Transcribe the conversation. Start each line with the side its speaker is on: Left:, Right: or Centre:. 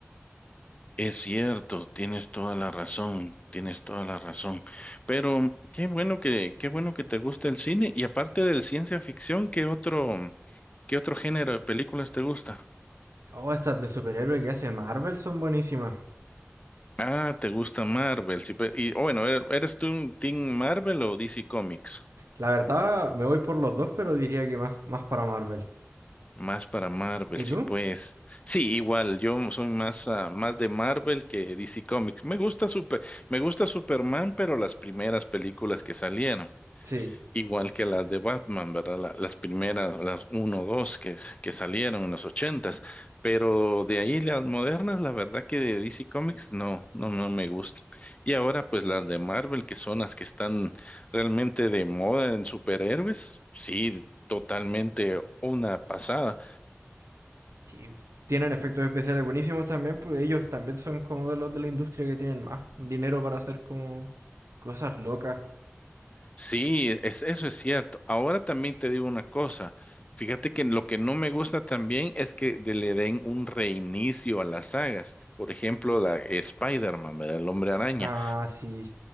Left: Es cierto, tienes toda la razón, tienes toda la razón. Pero qué bueno que, qué bueno que te gusta el cine. Y aparte del ciencia ficción, ¿qué otro, qué otro género de películas te gusta?
Right: Oh, estas de superhéroe que hace Marvel son buenísimas.
Left: Ah, te gusta Marvel. Sí, pe- y oh, bueno, ¿er- ¿eres tú un Team Marvel o DC Comics?
Right: La verdad, me voy por los dos, pero diría que más, más para Marvel.
Left: Más para Marvel,
Right: ¿Y
Left: sí,
Right: tú?
Left: pues. Sí, igual, yo soy más, ah, más de Marvel que DC Comics. Me gusta super, me gusta Superman, pero las primeras películas que salieron.
Right: Sí,
Left: Igual que las de Batman, ¿verdad? La- las primeras, las uno 2 que, s- que salieron en los ochentas, pero de ahí las modernas, la verdad que de DC Comics no, no, no me gusta. Y ahora pues las de Marvel, que son las que están realmente de moda en superhéroes, sí, totalmente una pasada.
Right: sí. Tienen efectos especiales buenísimos también, pues ellos también son como de los de la industria que tienen más dinero para hacer como cosas locas.
Left: Sí, es, eso es cierto. Ahora también te digo una cosa. Fíjate que lo que no me gusta también es que de- le den un reinicio a las sagas. Por ejemplo, la Spider-Man, ¿verdad? El Hombre Araña.
Right: Ah, sí.